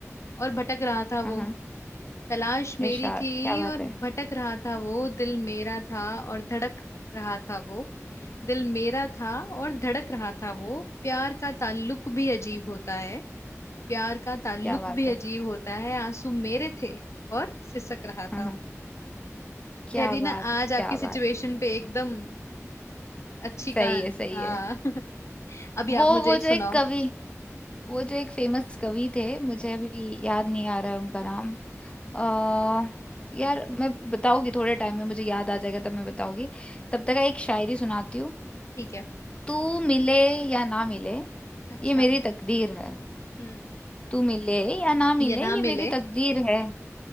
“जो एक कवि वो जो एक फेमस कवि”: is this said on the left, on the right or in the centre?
Left